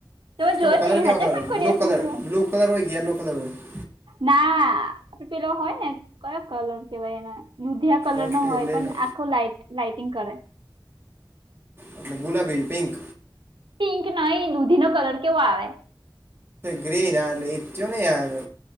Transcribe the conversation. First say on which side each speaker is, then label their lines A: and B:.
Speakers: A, on the right (about 75°); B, on the right (about 30°).
A: તમે જોયો
B: કેવો કલર
A: નહી
B: કેવા
A: પણ
B: કલર
A: કોય
B: બ્લુ
A: દિવસ
B: કલર
A: ન જો
B: <unintelligible>
A: ના આપડે પેલો હોય ને કયો કલર કેવાય એના યુધિયા કલર
B: ઓકે
A: નો હોય
B: લઈ
A: પણ
B: લો
A: આખો લાઈટ લાાઈટિંગ કરે
B: એટલે ગુલાબી પિંક
A: પિંક નહી દૂધી નો કલર કેવો આવે
B: ગ્રીન આડ ્યો ન આ આવે